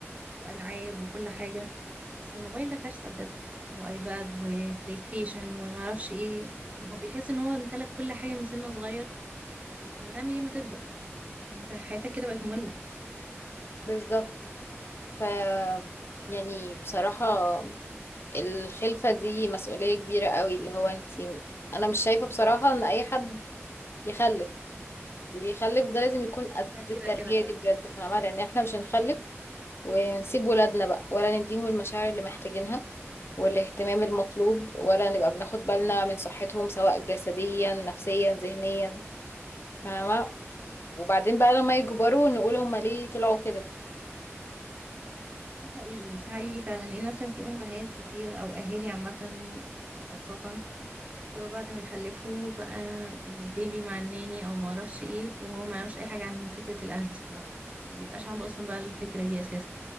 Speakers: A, on the right; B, on the left.
A: وألعاب وكل حاجة بس الموبايل ده كارثة بجد وآيباد وبلاي ستيشن ومعرفش ايه ما هو بيحس ان هو امتلك كل حاجة من سنه صغير طب هتعمل ايه ما تكبر ما انت حياتك كده بقت مملة
B: بالظبط ف يعني بصراحة الخلفة دي مسؤولية كبيرة قوي اللي هو انتي انا مش شايفة بصراحة ان اي حد يخلف اللي يخلف ده لازم يكون قد
A: ده كده
B: التربية
A: كده ده
B: دي بجد فاهمة لان احنا مش هنخلف ونسيب ولادنا بقى ولا نديهم المشاعر اللي محتاجينها والاهتمام المطلوب ولا نبقى بناخد بالنا من صحتهم سواء جسديا نفسيا ذهنيا فاهمة
A: مم.
B: وبعدين بقى لما يكبروا نقول هما ليه طلعوا كده
A: ده حقيقي في حقيقي فعلا ان مثلا في امهات كتير او اهالي عامة خاصة جو بعد ما يخلفوه بقى البيبي مع الناني او ما اعرفش ايه وهو ما يعرفش اي حاجه عن فكره الاهل الصراحه ما بيبقاش عنده اصلا بقى الفكره دي اساسا